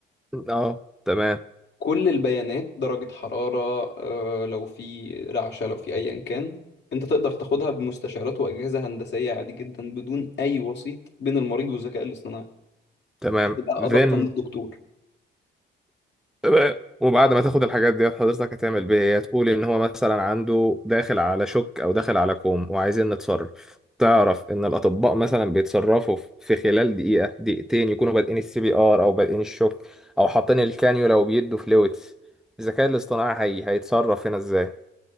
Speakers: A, in the centre; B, on the left.
A: اه تمام
B: كل البيانات درجه حراره آه، لو في رعشه لو في ايا كان انت تقدر تاخدها بمستشعرات واجهزه هندسيه عادي جدا بدون اي وسيط بين المريض والذكاء الاصطناعي
A: تمام
B: هتبقى
A: then
B: أدق من الدكتور
A: تمام وبعد ما تاخد الحاجات ديت حضرتك هتعمل بيها ايه هتقول ان هو مثلا عنده داخل على شك او داخل على كوم وعايزين نتصرف تعرف ان الاطباء مثلا بيتصرفوا في خلال دقيقه دقيقتين يكونوا بادئين السي بي ار او بادئين الشك او حاطين الكانيولا وبيدوا فلويدز الذكاء الاصطناعي هي... هيتصرف هنا ازاي